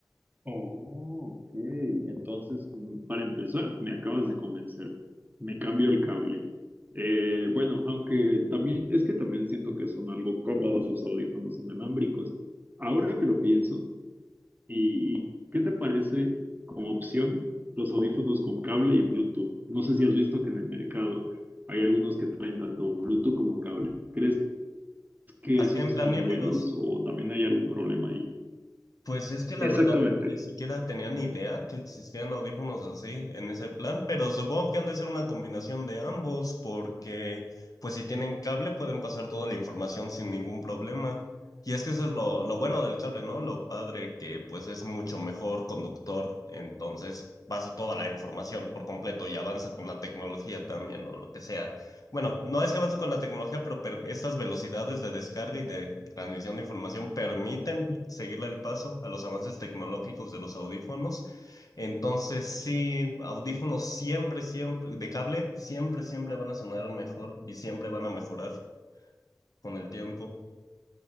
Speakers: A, on the right (about 25°); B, on the left (about 55°).
A: Oh, ok. Entonces, mm, para empezar, me acabas de convencer. Me cambio el cable. Eh, bueno, aunque también es que también siento que son algo cómodos los audífonos inalámbricos. Ahora que lo pienso, ¿y, y qué te parece como opción los audífonos con cable y Bluetooth? No sé si has visto que en el mercado hay algunos que traen tanto Bluetooth como cable. ¿Crees que
B: Así
A: esos
B: en plan
A: sean
B: híbridos.
A: buenos o también hay algún problema ahí?
B: Pues es que la
A: Exactamente.
B: verdad ni siquiera tenía ni idea que existían audífonos así en ese plan, pero supongo que han de ser una combinación de ambos porque pues si tienen cable pueden pasar toda la información sin ningún problema. Y es que eso es lo, lo bueno del cable, ¿no? Lo padre que pues es mucho mejor conductor, entonces pasa toda la información por completo y avanza con la tecnología también o lo que sea. Bueno, no es que avance con la tecnología, pero per- estas velocidades de descarga y de transmisión de información permiten seguirle el paso a los avances tecnológicos de los audífonos. Entonces, sí, audífonos siempre, siempre, de cable, siempre, siempre van a sonar mejor y siempre van a mejorar con el tiempo.